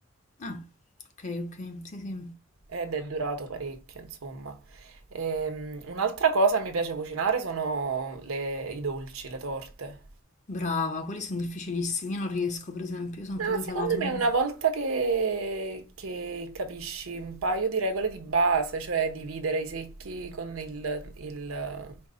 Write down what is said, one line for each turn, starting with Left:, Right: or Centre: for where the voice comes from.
Left: Ah, ok, ok. Sì, sì.
Right: ed è durato parecchio, insomma. Ehm, un'altra cosa che mi piace cucinare sono le- i dolci, le torte.
Left: Brava, quelli sono difficilissimi. Io non riesco, per esempio, io sono
Right: No,
Left: più da
Right: secondo
Left: salato.
Right: me
Left: Non...
Right: una volta che, che capisci un paio di regole di base, cioè dividere i secchi con il, il-